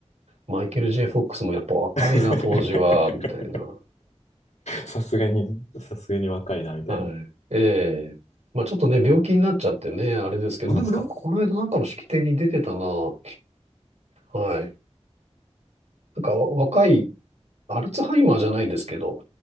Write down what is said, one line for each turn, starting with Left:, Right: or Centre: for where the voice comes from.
Right: マイケル・ J・フォックスもやっぱ若いな、
Left: <laughs>
Right: 当時は、みたいな。
Left: さすがに、さすがに若いなみたいな。
Right: はい。
Left: そ
Right: ええ。まあちょっとね、病気になっちゃってね、あれですけど、
Left: うなんですか。
Right: でもなんかこの間なんかの式典に出てたな。はい。なんかわ若い、アルツハイマーじゃないですけど、